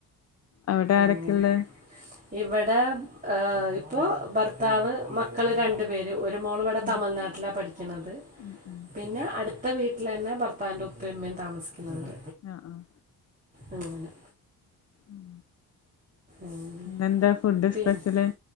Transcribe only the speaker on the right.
അങ്ങനെ
ഇവിടെ ഇപ്പോ ഭർത്താവ് മക്കള് രണ്ടുപേര് ഒരു ഒരു മോള് ഇവടെ
തമിഴ്നാട്ടിലാ പഠിക്കണത്
പിന്നെ അടുത്ത വീട്ടിലന്നെ ഭർത്താവ്ന്റെ ഉപ്പ ഉമ്മീം താമസിക്കുന്നുണ്ട്
അങ്ങനെ
ഉം.
പിന്നെ